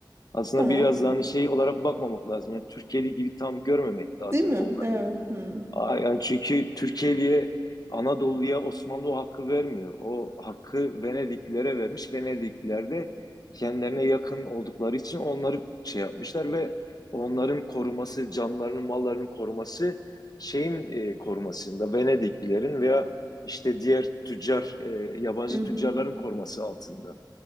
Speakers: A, on the left (about 50°); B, on the right (about 35°).
A: Aslında
B: Tamam.
A: biraz daha hani şey olarak bakmamak lazım. Yani Türkiye'li gibi tam görmemek lazım
B: Değil mi?
A: onları.
B: Evet. Hı
A: Aa, Yani çünkü Türkiye'liye Anadolu'ya Osmanlı o hakkı vermiyor. O hakkı Venediklilere vermiş. Venedikliler de kendilerine yakın oldukları için onları şey yapmışlar ve onların koruması, canlarının, mallarının koruması şeyin e, korumasında Venediklilerin veya işte diğer tüccar, e, yabancı
B: hı. hı.
A: tüccarların koruması altında.